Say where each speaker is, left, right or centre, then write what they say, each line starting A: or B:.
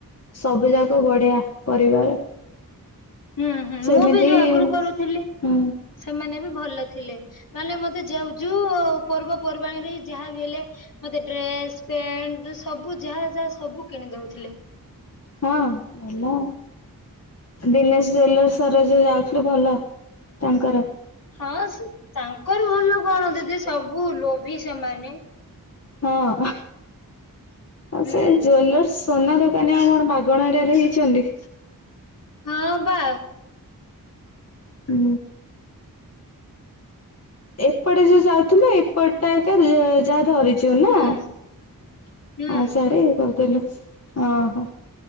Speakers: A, on the left; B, on the left.
A: ସବୁ ଯାକ ବଢିଆ ପରିବାର।
B: ହୁଁ ହୁଁ
A: ସେମିତି
B: ମୁଁ ବି ଯୋଉ ଆଗରୁ
A: ହୁଁ
B: କରୁଥିଲି। ସେମାନେ ବି ଭଲ ଥିଲେ ନହେଲେ ମତେ ଯେଉ ଯେଉ ପର୍ବପର୍ବାଣୀରେ ଯାହା ବି ହେଲେ ମତେ ଡ୍ରେସ ପ୍ୟାଣ୍ଟ ସବୁ ଯାହା ଯାହା ସବୁ କିଣି ଦଉଥିଲେ।
A: ହଁ ଭଲ ଆଉ। ଦିନେଶ ଜୁଏଲର୍ସ ଯାଉଥିଲୁ ଭଲ ତାଙ୍କର
B: ହଁ ତାଙ୍କର ଭଲ କଣ ଦିଦି ସବୁ ଲୋଭି ସେମାନେ।
A: ହଁ
B: ହୁଁ
A: ସେ ଜୁଏଲର୍ସ। ସୋନା ଦୋକାନୀ ଆଉ କଣ ମାଗଣାଟାରେ ହେଇଛନ୍ତି।
B: ହଁ ବା।
A: ହୁଁ। ଏପଟେ ଯୋଉ ଯାଉଥିଲେ ଏପଟ ଟା ଏକ ଏକା ଯାହା ଧରି ଚୁନା
B: ହୁଁ
A: ଆଉ
B: ହୁଁ
A: ସିଆଡେ ଇଏ କରିଦେଲୁ ଓହୋ।